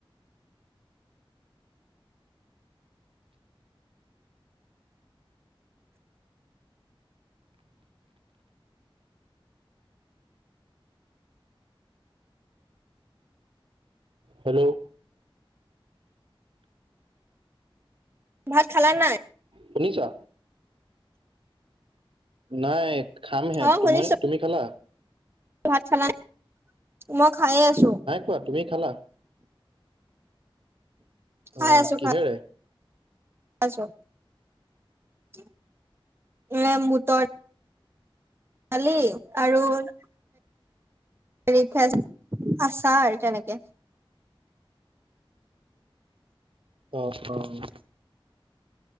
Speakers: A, on the right; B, on the right.
A: হেল্ল'।
B: ভাত খালা নাই?
A: শুনিছা? নাই খামহে,
B: অ
A: তুম
B: শুনিছো
A: তুমি খালা?
B: ভাত খালা, <unintelligible> মই খাইে আছো।
A: কোৱা তুমি খালা?
B: খাই
A: অ',
B: আছো
A: কিহেৰে?
B: খাই <unintelligible> <unintelligible> আৰু <unintelligible> আছাৰ তেনেকে।
A: অ', অ',